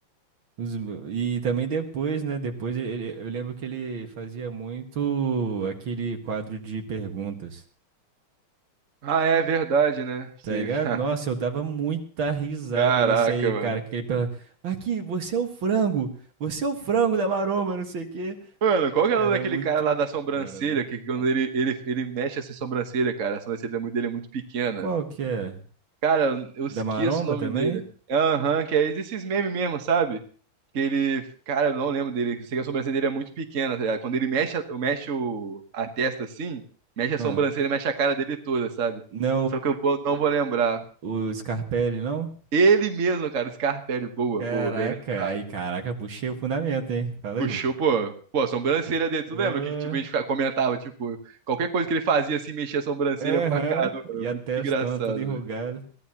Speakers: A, on the right (about 70°); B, on the right (about 40°).
A: Os- E também depois, né? Depois ele, eu lembro que ele fazia muito aquele quadro de perguntas,
B: Ah, é verdade, né? Você-
A: tá ligado?
B: <laughs>
A: Nossa, eu dava muita risada
B: Caraca,
A: nesse aí,
B: mano.
A: cara. Que ele perguntava, aqui, você é o frango, você é o frango da maromba, não sei o quê.
B: Mano, qual que é
A: Cara,
B: o nome daquele
A: muito
B: cara lá da
A: bom,
B: sobrancelha?
A: cara, muito
B: Que quando
A: bom.
B: ele, ele, ele mexe essa sobrancelha, cara, a sobrancelha dele é muito pequena.
A: Qual que é?
B: Cara, eu esqueço
A: Da maromba
B: o nome
A: também?
B: dele. Aham, que é esses memes mesmo, sabe? Que ele. Cara, eu não lembro dele. que Eu sei que a sobrancelha dele é muito pequena, tá ligado? Quando ele mexe, a- eu mexe o- a testa assim, mexe a
A: Ah,
B: sobrancelha, mexe a cara dele toda, sabe?
A: não
B: Só que eu vou- não vou lembrar.
A: é o, o Scarpelli, não?
B: Ele mesmo, cara, o Scarpelli, boa,
A: Caraca,
B: boa, bem lembrado.
A: aí, caraca, puxei o fundamento, hein? Fala
B: Puxou,
A: aí.
B: pô. Pô, a sobrancelha dele, tu
A: Ô.
B: lembra que tipo, a gente ficava- comentava, tipo, qualquer coisa que ele fazia assim, mexia a sobrancelha
A: Aham,
B: pra caramba. Era
A: e a
B: Muito
A: testona
B: engraçado,
A: toda enrugada.
B: velho.